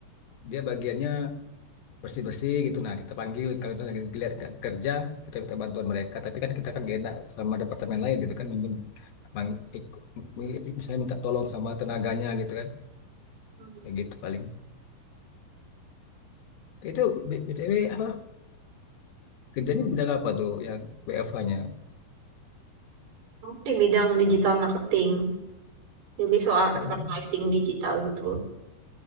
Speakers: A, on the left; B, on the right.
A: dia bagiannya bersih-bersih gitu. Nah, kita panggil kalau misalnya dilihat nggak kerja, kita minta bantuan mereka, tapi kan kita kan gak enak sama departemen lain gitu kan minjem mang- ik- mi- misalnya minta tolong sama tenaganya gitu kan.
B: Hmm.
A: Kayak gitu paling. Itu B- BTW apa Kerjanya di bidang apa tuh yang WFH-nya?
B: Kamu di bidang digital marketing, jadi soal
A: Oh,
B: advertising digital gitu.